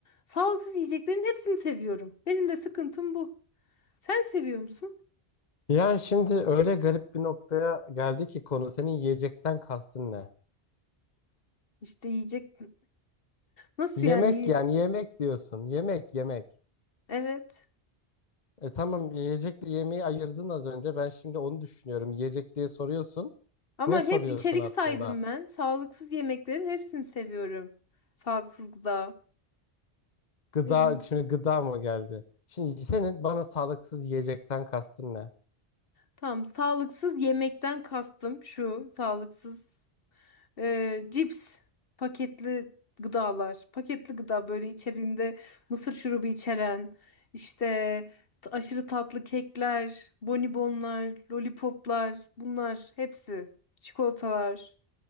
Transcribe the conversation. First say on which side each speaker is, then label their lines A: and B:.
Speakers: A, on the left; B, on the left.
A: sağlıksız yiyeceklerin hepsini seviyorum. Benim de sıkıntım bu. Sen seviyor musun?
B: Yani şimdi öyle garip bir noktaya geldi ki konu senin yiyecekten kastın ne?
A: İşte yiyecek nasıl
B: Yemek
A: yani iyi?
B: yani yemek diyorsun. Yemek yemek.
A: Evet.
B: E tamam yiyecekle yemeği ayırdın az önce. Ben şimdi onu düşünüyorum. Yiyecek diye soruyorsun.
A: Ama
B: Ne soruyorsun
A: hep içerik
B: aslında?
A: saydım ben. Sağlıksız yemeklerin hepsini seviyorum. Sağlıksız gıda.
B: Gıda
A: Ne diyeyim?
B: şimdi gıda mı geldi? Şimdi senin bana sağlıksız yiyecekten kastın ne?
A: Tamam, sağlıksız yemekten kastım şu. Sağlıksız Ee, cips, paketli gıdalar, paketli gıda böyle içeriğinde mısır şurubu içeren, işte t- aşırı tatlı kekler, bonibonlar, lollipoplar, bunlar hepsi, çikolatalar,